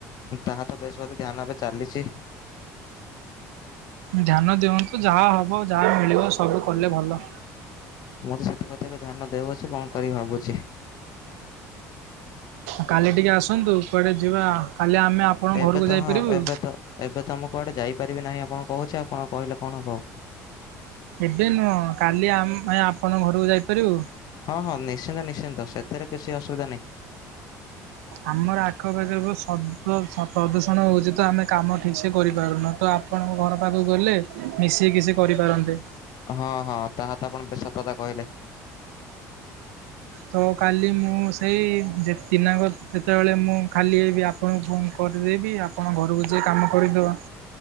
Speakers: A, on the left; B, on the right.
A: ତାହା ତ ବେଶ ବଧ ଧ୍ୟାନ ଏବେ ଚାଲିଚି।
B: ଧ୍ୟାନ ଦିଅନ୍ତୁ ଯାହା ହବ ଯାହା ମିଳିବ ସବୁ କଲେ ଭଲ।
A: ମୁଁ ତ ସେଥିପତି ଏବେ ଧ୍ୟାନ ଦେଉଅଛି କଣ କରିିବି ଭାବୁଛି।
B: କାଲି ଟିକେ ଆସନ୍ତୁ କୁଆଡ଼େ ଯିବା କାଲି ଆମେ ଆପଣଙ୍କ
A: ଏବେ
B: ଘରକୁ
A: ତ
B: ଯାଇପାରିବୁ।
A: ହଁ ଏବେ ତ ଏବେ ତ ଆମଁ କୁଆଡ଼େ ଯାଇପାରିବି ନାହିଁ ଆପଣଙ୍କୁ କହୁଚି ଆପଣ କହିଲେ କଣ ହେବ।
B: ଏବେ ନୁହଁ କାଲି ଆମ ଭାଈ ଆପଣଙ୍କ ଘରକୁ ଯାଇପାରିବୁ?
A: ହଁ ହଁ ନିଶ୍ଚିନ୍ତ ନିଶ୍ଚିନ୍ତ ସେଥିରେ କିଛି ଅସୁବିଧା ନାହିଁ।
B: ଆମର ଆଖପାଖରେ ସବ୍ଦ ଶ ପ୍ରଦୂଷଣ ହେଉଚି ତ ଆମେ କାମ ଠିକସେ କରିପାରୁନ ତ। ଆପଣଙ୍କ ଘର ପାଖକୁ ଗଲେ ମିଶ କିି ସେ କରିପାରନ୍ତେ।
A: ହଁ ହଁ ତାହା ତ ଆପଣ ବେଶ ସତ କଥା କହିଲେ।
B: ତ କାଲି ମୁଁ ସେଇ ଯେ ଦିନାକ ଯେତେବେଳେ ମୁଁ ଖାଲି ହେବି ଆ ଆପଣଙ୍କୁ ଫୋନ୍ କରିଦେବି ଆପଣ ଘରକୁ ଯିଏ କାମ କରିଦ